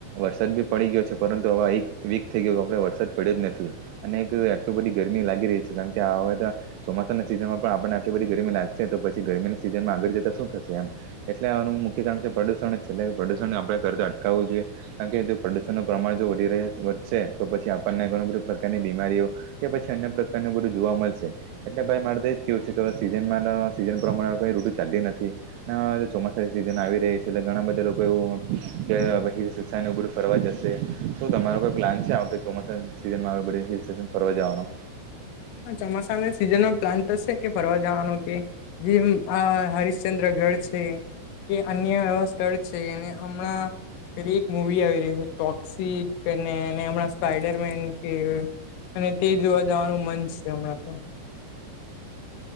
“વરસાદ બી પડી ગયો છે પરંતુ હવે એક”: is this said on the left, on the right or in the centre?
Right